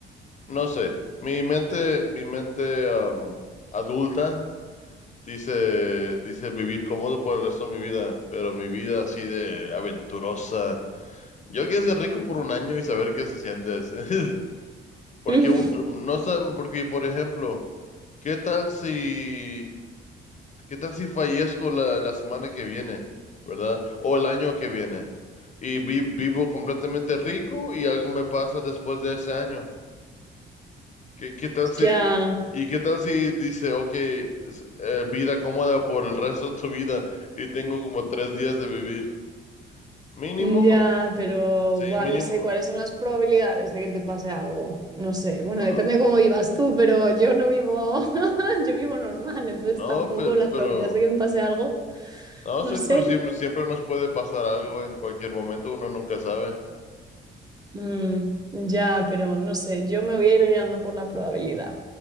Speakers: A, on the left (about 35°); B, on the right (about 20°).
A: No sé, mi mente, mi mente am, adulta dice, dice vivir cómodo por el resto de mi vida, pero mi vida así de aventurosa. Yo quiero ser rico por un año y saber qué se siente. es- <laughs> Porque
B: <laughs>
A: u- em, no saben, porque por ejemplo, ¿qué tal si, qué tal si fallezco la, la semana que viene, ¿verdad? O el año que viene. Y vi- vivo completamente rico y algo me pasa después de ese año. ¿Qué, qué tal si,
B: Ya,
A: y qué tal si dice, ok, es- eh, vida cómoda por el resto de tu vida y tengo como tres días de vivir? Mínimo,
B: ya, pero
A: sí,
B: buah,
A: mínimo.
B: no sé cuáles son las probabilidades de que te pase algo. No sé, bueno,
A: Ah,
B: depende cómo vivas tú, pero yo no vivo, <laughs> yo vivo normal, entonces
A: No,
B: tampoco
A: pero,
B: las
A: pero,
B: probabilidades de que me pase algo,
A: no,
B: no
A: sí,
B: sé.
A: pero siempre, siempre nos puede pasar algo en cualquier momento, uno nunca sabe.
B: Mm, ya, pero no sé, yo me voy a ir guiando por la probabilidad.